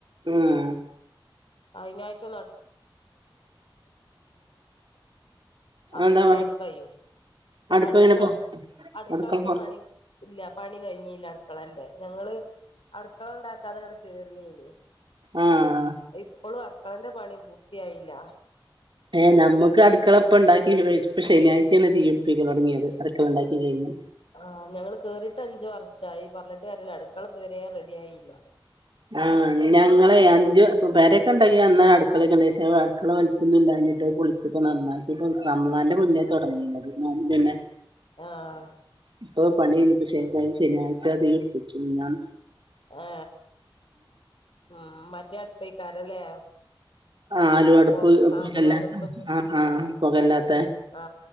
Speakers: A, on the right; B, on the left.
A: ഉം
B: അയിനായ്ച അപ്പൊ
A: അതെന്താ
B: പിന്നെ അയിന് കൈയ്യൂല
A: അടുപ്പ്
B: അടുക്കള
A: എങ്ങനെ പൊ
B: അടുക്കളന്റെ
A: അടുക്കള പൊ
B: പണി ഇല്ല പണി കഴിഞ്ഞില്ല അടുക്കളന്റെ ഞങ്ങള് അ <unintelligible> അടുക്കളണ്ടാക്കാതെ ഇങ്ങട്ട്കേറേനി
A: ആഹ്
B: ഇപ്പോളും അടുക്കളന്റെ പണി പൂർത്തിയായി ഇല്ല
A: ഏ നമുക്ക് അടുക്കളിപ്പണ്ടാക്കി വെ ഇപ്പ ശനിയാഴ് ചെയ്യാണ് തീ കത്തിക്കാൻ തുടങ്ങിയത് അടുക്കള ഉണ്ടാക്കിഴിഞ്ഞ്
B: ആ ഞങ്ങള് കേറിട്ട് അഞ്ച് ആറ് <unintelligible> ശായി പറഞ്ഞിട്ട് കാര്യല്ല അടുക്കളിതു വരേം റെഡി ആയില്ല
A: ആ ഞങ്ങളെ അഞ്ച് പെരേക്കെ ഉണ്ടാക്കി അന്ന അടുക്കളയൊക്കെ ഉണ്ട അടുക്കള വലിപ്പോന്നും ഇല്ലഞ്ഞിട്ട് പൊളിച്ചപ്പ നന്നാക്കിപ്പ കമളാന്റെ മുന്നേ തുടങ്ങിന്നത് <unintelligible> തന്നെ
B: ആഹ്
A: ഇപ്പൊ പണി കഴിഞ്ഞിട്ട് <unintelligible> ശനിയാഴ്ച തീരുപ്പിച്ചു ഞാൻ
B: ആ ആ മറ്റ അടുപ്പേ <unintelligible> <unintelligible>
A: ആലുവ അടുപ്പ്
B: പോക ആലു
A: പുകല്ലാത്ത
B: അടുപ്പ്
A: ആഹ് ആഹ് പുകല്ലാത്ത
B: ആ